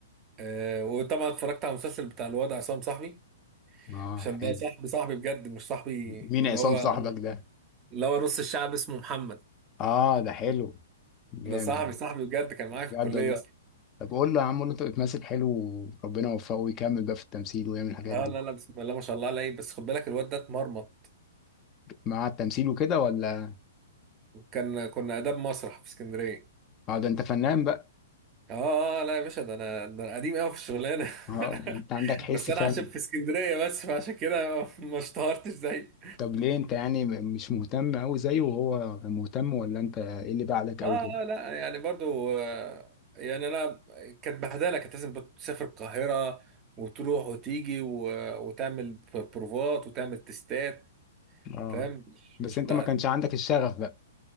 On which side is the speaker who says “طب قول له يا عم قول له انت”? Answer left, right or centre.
Left